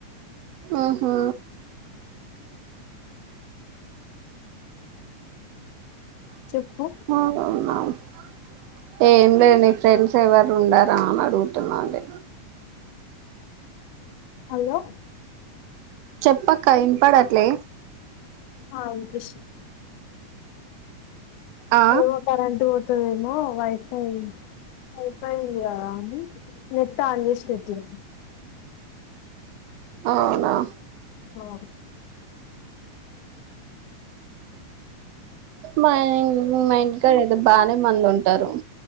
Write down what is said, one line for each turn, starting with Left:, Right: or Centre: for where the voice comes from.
Right: ఆహా <unintelligible>
Left: చెప్పు
Right: ఏంలె నీ ఫ్రెండ్స్ ఎవరు ఉండారా అని అడుగుతున్నాది.
Left: హలో
Right: చెప్పక్క ఇన్పడట్లే?
Left: ఆ వినిపిస్తుం
Right: ఆ
Left: ఏమో కరెంట్ <inaudible> తేమో వైఫై వైఫై ఉంది కదా అని నెట్ అన్ చేసి పెట్టిన
Right: అవునా
Left: అవును
Right: మయ్ <inaudible> మా ఇంటి కాడా ఏదో బానే మంది ఉంటారు.